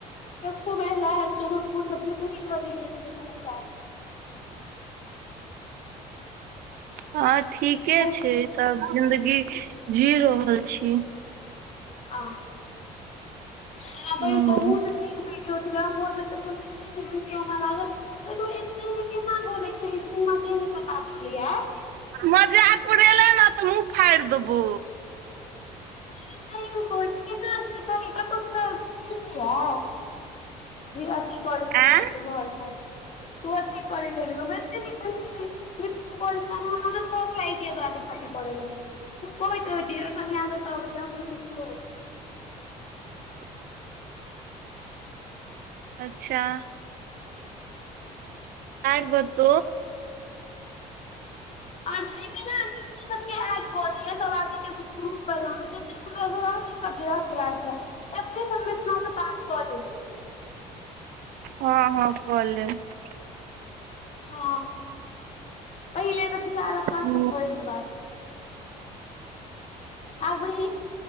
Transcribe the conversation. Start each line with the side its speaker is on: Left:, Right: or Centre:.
Left: खब ल ह जनकपुर सबसँ तूही कहबी एत समाचार सब
Right: हँं ठीके
Left: कहि
Right: छै त जिंदगी जी रहल छी
Left: आ यहप
Right: हूँ
Left: बहुत नीक भीडियो छलो त दप लागलू एतेी केना गोले छ दीप सिंा से पता चल य
Right: मजापुर एलै ने तऽ मुँह फाड़ि देबौ
Left: अरे स बोल चुी न सिखा लेा त क सिखइ है अथी करी देबी
Right: आँ
Left: तू घर पर तू अथी कर देबी एे नहि पसि ने हमरा शख लाग छै त आज खाती कर त कहैत रहै छी जेहाँ से कहबै जे हमर सिखू
Right: <inaudible> अच्छा और बात
Left: और एहिमे ने सबड कऽ दिय सब आदमी के ग्रुप बला मे कते सुन्दर रहतै सब रहत त अपने सबमे अपना से बात कऽ ले
Right: हँ हँ भ जेते
Left: ह पहिले तऽ फहाल अपन
Right: ह
Left: सब होयके बाद आर बहि